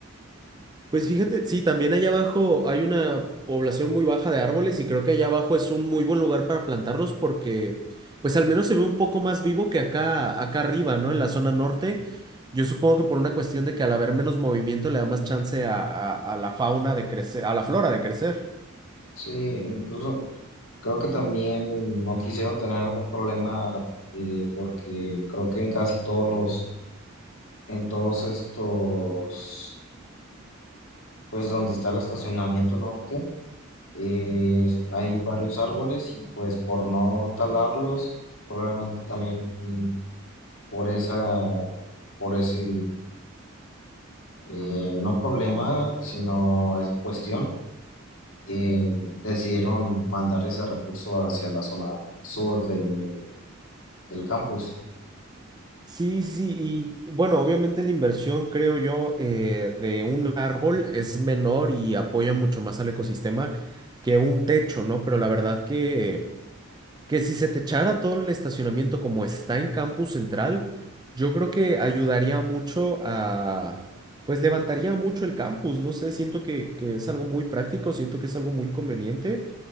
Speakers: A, on the right (about 20°); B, on the left (about 75°).
A: Pues fíjate, sí, también allá abajo hay una población muy baja de árboles y creo que allá abajo es un muy buen lugar para plantarlos porque pues al menos se ve un poco más vivo que acá, acá arriba, ¿no? En la zona norte. Yo supongo que por una cuestión de que al haber menos movimiento le da más chance a, a a la fauna de crecer, a la flora de crecer.
B: Sí, incluso creo que también no quisieron tener algún problema eh, porque creo que en casi todos los, en todos estos, pues donde está el estacionamiento norte, eh, hay varios árboles y pues por no talarlos, probablemente también mm, por esa, por ese eh, no problema, sino esa cuestión, eh, decidieron mandar ese recurso hacia la zona sur de- del campus.
A: Sí, sí, sí, y bueno, obviamente la inversión, creo yo, eh, de un árbol es menor y apoya mucho más al ecosistema que un techo, ¿no? Pero la verdad que... que si se te echara todo el estacionamiento como está en Campus Central, yo creo que ayudaría mucho a, pues levantaría mucho el campus, no sé, siento que, que es algo muy práctico, siento que es algo muy conveniente